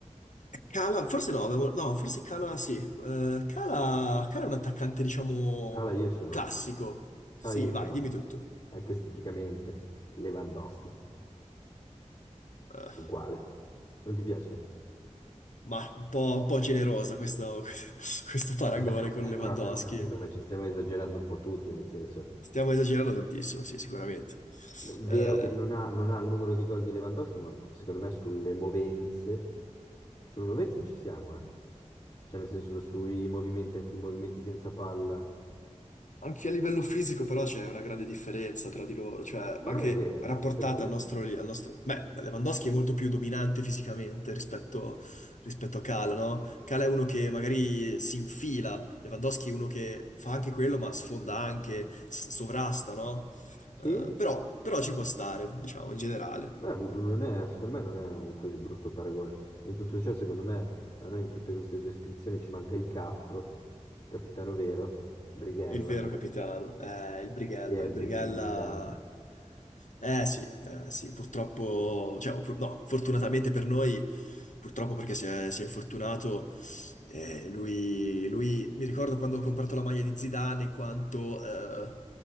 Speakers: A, on the left (about 80°); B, on the left (about 35°).
A: Cala, forse no, avevo- no, forse Cala sì. Eh, Cala, Cala è un attaccante, diciamo,
B: Cala io ce l'ho.
A: classico. Sì,
B: Cala io
A: vai,
B: ce l'ho.
A: dimmi tutto.
B: Anche esteticamente. Lewandowski,
A: Eh,
B: uguale. Non ti piace?
A: ma un po', un po' generosa questo, <laughs> questo paragone
B: Vabbè, ok,
A: con Lewandowski.
B: però eh, ho capito, ma ci stiamo esagerando un po' tutti, nel senso,
A: Stiamo esagerando tantissimo, sì, sicuramente.
B: è vero
A: Eh,
B: che non ha, non ha il numero di gol di Lewandowski, ma secondo me sulle movenze, sulle movenze ci siamo, eh. Cioè nel senso sui movimenti, anche i movimenti senza palla.
A: Anche a livello fisico però c'è una grande differenza tra di loro, cioè
B: Ma
A: anche
B: non è vero,
A: rapportata
B: perché?
A: al nostro... al nostro- Beh, Lewandowski è molto più dominante fisicamente rispetto, rispetto a Kala, no? Kala è uno che magari si infila, Lewandowski è uno che fa anche quello ma sfonda anche, s- sovrasta, no?
B: Sì?
A: Eh, però, però ci può stare, diciamo, in generale.
B: Beh, non è, secondo me non è un così brutto paragone. In tutto ciò, secondo me, a noi in tutte queste descrizioni ci manca il Cap, il capitano vero, Brighella,
A: Il vero capitano, eh, il Brighella,
B: che è
A: il Brighella...
B: Zenedine Zidane.
A: Eh sì, eh sì, purtroppo, cioè, o pur- no, fortunatamente per noi, purtroppo perché si è, si è infortunato, eh, lui, lui, mi ricordo quando ho comprato la maglia di Zidane, quanto eh,